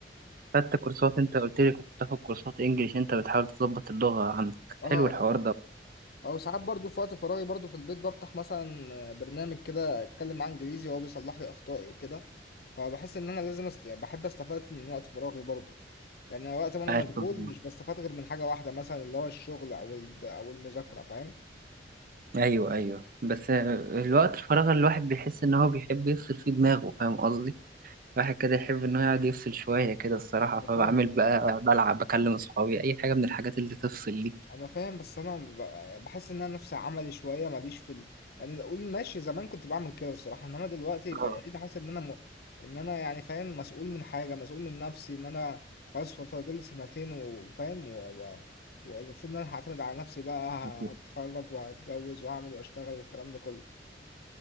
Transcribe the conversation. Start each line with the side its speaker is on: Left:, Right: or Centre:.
Right: خدت كورسات انت قلت لي كنت بتاخد كورسات انجليش انت بتحاول تظبط اللغة عندك
Left: اه
Right: حلو
Left: آه.
Right: الحوار ده
Left: او ساعات برضو في وقت فراغي برضو في البيت بفتح مثلا برنامج كده اتكلم معاه انجليزي وهو بيصلح لي اخطائي وكده فبحس ان انا لازم است... يعني بحب استفاد من وقت فراغي برضو لان وقت ما انا
Right: عاش
Left: مشغول
Right: والله.
Left: مش بستفاد غير من حاجه واحده مثلا اللي هو الشغل او ال... او المذاكره فاهم
Right: ايوه ايوه بس الوقت الفراغ الواحد بيحس ان هو بيحب يفصل فيه دماغه فاهم قصدي الواحد كده يحب انه يقعد يفصل شويه كده الصراحه
Left: انا فاهم
Right: فبعمل بقى بلعب بكلم اصحابي اي حاجه من الحاجات اللي تفصل دي
Left: انا فاهم بس انا ب- بحس ان انا نفسي عملي شويه ماليش في ال... يعني اقول ماشي زمان كنت بعمل كده الصراحه انما دلوقتي بقيت
Right: اه
Left: حاسس ان انا م... ان انا يعني فاهم مسؤول من حاجه مسؤول من نفسي ان انا خلاص ف- فاضل سنتين وفاهم و... و... والمفروض ان انا هعتمد على نفسي بقى
Right: بالظبط.
Left: هتخرج وهتجوز واعمل واشتغل والكلام ده كله